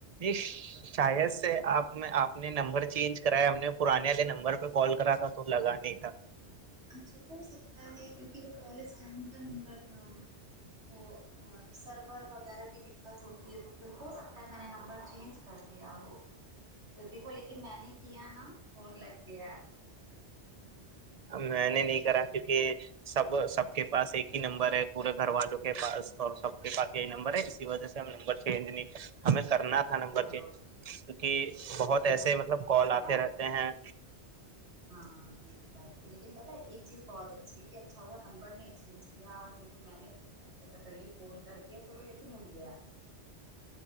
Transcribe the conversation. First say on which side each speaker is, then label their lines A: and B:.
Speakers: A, on the right (about 45°); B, on the right (about 80°).
A: ش شااہید سے آپ میں آپ نے نمبر چینج کرایا ہم نے پرانے والے نمبر پہ کال کرا تھا تو لگا نہیں تھا
B: اچھپ ہو سکتا ہے کیونکہ وہ کالج ٹائم کا نمبر تھا وہ اور سرور وغیرہ کی دقت ہوتی ہے تو پھر ہو سکتا ہے میں نے نمبر چینج کر دیا ہو تو دیکھو لیکن میں نے کیا نا فون لگ گیا
A: میں نے نہیں کرا کیونکہ سب سب کے پاس ایک ہی نمبر ہے پورے گھر والوں کے پاس اور سب کے پاس یہی نمبر
B: او
A: ہے اسی وجہ سے ہم نمبر نہیں ہمیں کرنا نمبر
B: چلو
A: تین کیونکہ بہت
B: نہیں
A: ایسے مطلب
B: لیکن
A: کال
B: پتہ
A: آتے
B: ہے
A: رہتے ہیں
B: ہاں یہ تو بات ہے لیکن پتا ایک چیز بہت اچھی ہے کہ اچھا ہوا نمبر نہیں چینج کیا آج دیکھو میں نے ایسا کلے فون کر دیا چلو لیکن اٹھ گیا